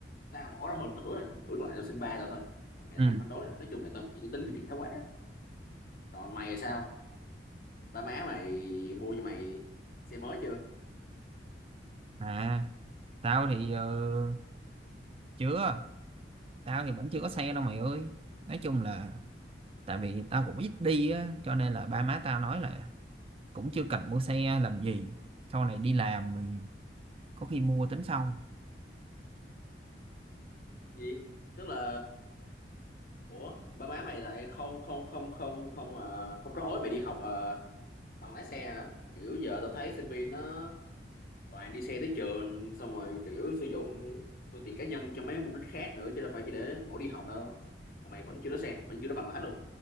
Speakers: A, on the left; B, on the right.
A: tao bỏ ra hơn nữa rồi nửa còn lại tao xin ba tao thôi mà mẹ tao
B: ừ
A: cũng phản đối nữa nói chung mẹ tao bị cái tính tiết kiệm thái quá còn mày là sao ba má mày mua cho mày xe mới chưa
B: à tao thì ờ, chưa tao thì vẫn chưa có xe đâu mày ơi nói chung là tại vì tao cũng ít đi á cho nên là ba má tao nói là cũng chưa cần mua xe làm gì sau này đi làm thì có khi mua tính sau
A: gì tức là ủa ba má mày lại không không không không không ờ, không có hối mày đi học ờ, bằng lái xe hả kiểu giờ tao thấy sinh viên nó toàn đi xe tới trường xong rồi kiểu sử dụng phương tiện cá nhân cho mấy mục đích khác nữa chứ đâu phải chỉ để mỗi đi học đâu mà mày vẫn chưa có xe vẫn chưa có bằng lái luôn